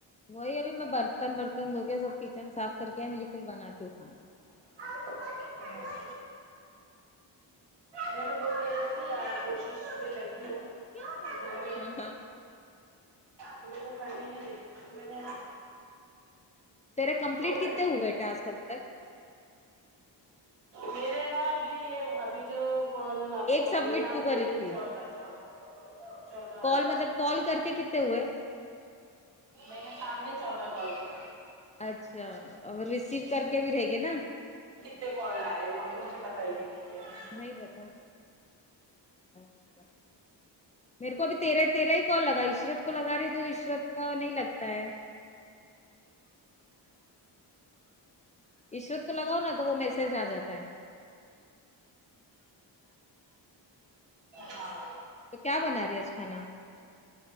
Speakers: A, on the left (about 20°); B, on the right (about 65°).
A: وہی ابھی میں برتن ورتن دھو کے سب کچن صاف کر کے میں پھر بناتی ہوں کھانا
B: <unintelligible> میں بہت دیر سے جا کوشش میں لگی ہوں تھوڑا
A: ا <unintelligible>
B: چولے کو کھڑنے نہیں دیتی پھر میں نے
A: تیرے کمپلیٹ
B: دو لڑکی
A: کتے ہوئے
B: ہے نا
A: ٹاسک ابھی تک
B: میرے نا ابھی یہ ابھی جو کال لابتا
A: ایک سبمٹ
B: میرا
A: تو کری
B: میرے
A: تھی
B: چودہ چودہ چودہ
A: کال مطلب کال کر کے کتنے ہوئے
B: میں نے شام میں چودہ کال کیا
A: اچھا اور وہ ریسیو کر کے بھی رہ گی نا
B: اتے کال آئے وہ تو مجھے پتہ ہی نہیں کتے آئے
A: نہیں پتہ اچھا میرے کو ابی تیرہ تیرہ ہی کال لگا عشرت کو لگا رہی تو عشرت کا نہیں لگتا ہے عشرت کو لگاؤ نا تو وہ میسج آجاتا ہے
B: ہاں
A: تو کیا بنا رہی ہے آج کھانا